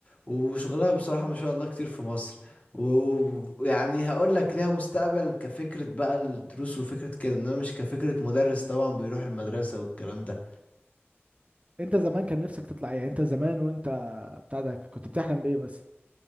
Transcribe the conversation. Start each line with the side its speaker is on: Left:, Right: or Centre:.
Left: وشغلها بصراحة ما شاء الله كتير في مصر ويعني هقول لك ليها مستقبل كفكرة بقى الدروس وفكرة كده انما مش كفكرة مدرس طبعا بيروح المدرسة والكلام ده
Right: انت زمان كان نفسك تطلع ايه يعني انت زمان وانت بتاع ده كنت بتحلم بايه بس